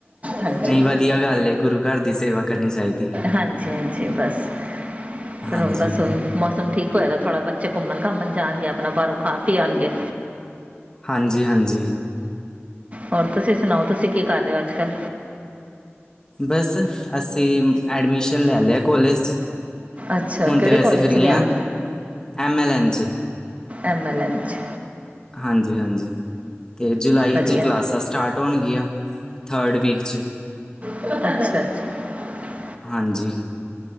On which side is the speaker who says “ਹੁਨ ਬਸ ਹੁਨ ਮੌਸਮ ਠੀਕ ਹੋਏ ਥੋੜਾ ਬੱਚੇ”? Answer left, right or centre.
Right